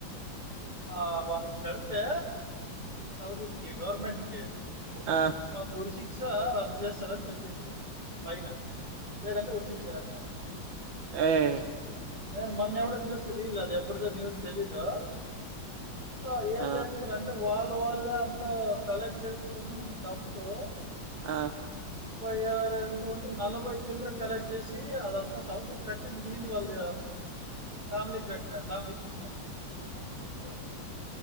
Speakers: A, on the right; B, on the right.
A: ఆ వన కడితే సౌదీకి గవర్నమెంట్ కి
B: ఆ
A: వళ్లు ఉరి శిక్ష రద్దు చేస్తారని చేపిండు పైన లేదంటే ఉరి శిక్ష చేస్తాం అన్నట్లా
B: ఏయ్
A: నేను మొన్న ఎవడో చూసి రీల్ అది ఎప్పుడుదో న్యూస్ తెలీదు సో ఏం
B: ఆ
A: చేస్తారుంటే వా వాళ్ళ వాళ్ళే అంత కలెక్ట్ చేసుకొని డబ్బులు
B: ఆ
A: ముప్పై ఆరు ఎంత ఉంటది నలభై చిల్లరా సేలెక్ట్ చేసి అదంతా సౌతి కట్టి మిగిలింది వాళ్ళ ఫ్యామిలీ కట్టినారు. ఫ్యామిలీకి ఇచ్చినారూ అంట రెండో <inaudible>